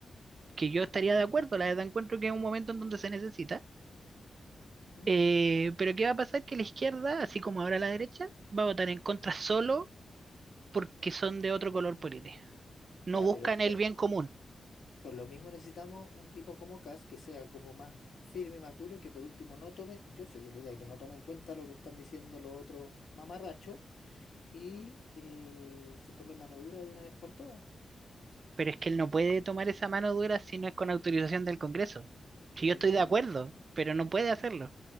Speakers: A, on the right; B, on the left.
A: Que yo estaría de acuerdo, la verdad, encuentro que es un momento en donde se necesita.
B: ¿Mm?
A: Eh, pero ¿qué va a pasar? Que la izquierda, así como ahora la derecha, va a votar en contra solo porque son de otro color político. No
B: Ya,
A: buscan
B: pero por,
A: el bien común,
B: por lo mismo necesitamos un tipo como Cas que sea como más firme, más duro, y que por último no tome, yo soy de la idea de que no tome en cuenta lo que están diciendo los otros mamarrachos y eh, se tome mano dura de una vez por todas,
A: pero es que él no puede tomar esa mano dura si no es con autorización del Congreso. Si
B: por
A: yo estoy
B: lo
A: de
B: mismo,
A: acuerdo, pero no puede hacerlo.